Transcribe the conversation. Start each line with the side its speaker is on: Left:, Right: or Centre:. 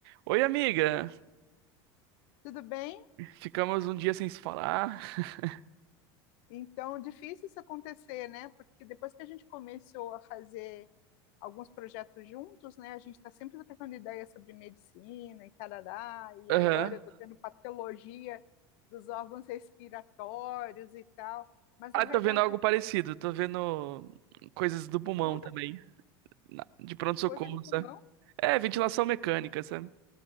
Right: Oi, amiga.
Left: Tudo bem?
Right: Ficamos um dia sem se falar. <laughs>
Left: Então, difícil isso acontecer, né? Porque depois que a gente começou a fazer alguns projetos juntos, né? A gente está sempre trocando ideias sobre medicina e tarará, e
Right: Aham.
Left: agora eu estou tendo patologia dos órgãos respiratórios e tal. Mas,
Right: Ah,
Left: na verdade,
Right: tô vendo algo parecido. Tô vendo coisas do pulmão
Left: jura?
Right: também. na- De pronto-socorro,
Left: Coisa de pulmão?
Right: sabe? É, ventilação mecânica, sabe?